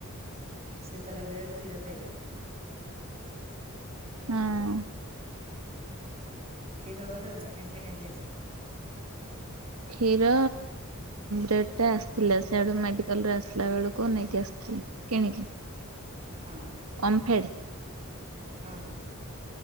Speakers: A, on the right; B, on the right.
A: ସେ ତାହେଲେ ବ୍ରେଡ୍ କ୍ଷୀର ଖାଇବେ?
B: ହଁ।
A: କ୍ଷୀର ଘରେ ଅଛି ନା କିଣା ହେଇକି ଆସିବ?
B: କ୍ଷୀର ରେଟ୍ ଟା ଆସି ଥିଲା ସିଆଡୁ ମେଡିକାଲରୁ ଆସିଲା ବେଳକୁ ନେଇକି ଆସିଥିଲି କିଣିକି।
A: ହଁ।
B: ଓମ୍ଫେଡ଼୍?
A: ହଁ ହଁ।